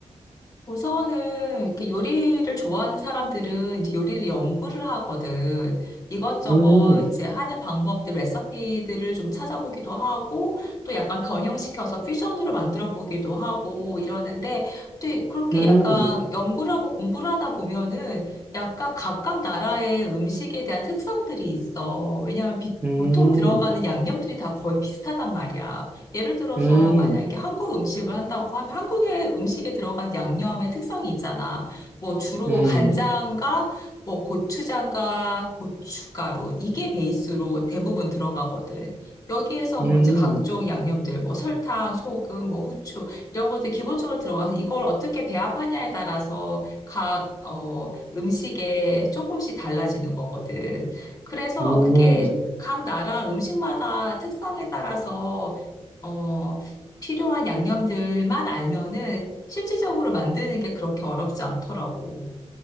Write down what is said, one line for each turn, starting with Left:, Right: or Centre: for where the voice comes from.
Left: 우선은 이렇게 요리를 좋아하는 사람들은 이제 요리를 연구를 하거든. 이것저것
Right: 음,
Left: 이제 하는 방법들, 레시피들을 좀 찾아보기도 하고 또 약간 변형시켜서 퓨전으로 만들어 보기도 하고 이러는데 또 그렇게
Right: 음,
Left: 약간 연구를 하고 공부를 하다 보면은 약간 각각 나라의 음식에 대한 특성들이 있어. 왜냐하면 비-
Right: 음.
Left: 보통 들어가는 양념들이 다 거의 비슷하단 말이야. 예를 들어서
Right: 음,
Left: 만약에 한국 음식을 한다고 하면 한국의 음식에 들어간 양념의 특성이 있잖아. 뭐 주로
Right: 음,
Left: 간장과 뭐 고추장과 고춧가루 이게 베이스로 대부분 들어가거든. 여기에서
Right: 음,
Left: 뭐 이제 각종 양념들 뭐 설탕, 소금, 뭐 후추 이런 것들 기본적으로 들어가서 이걸 어떻게 배합하냐에 따라서 각 어, 음식에 조금씩 달라지는 거거든. 그래서
Right: 음.
Left: 그게 각 나라 음식마다 특성에 따라서 어, 필요한 양념들만 알면은 실질적으로 만드는 게 그렇게 어렵지 않더라고.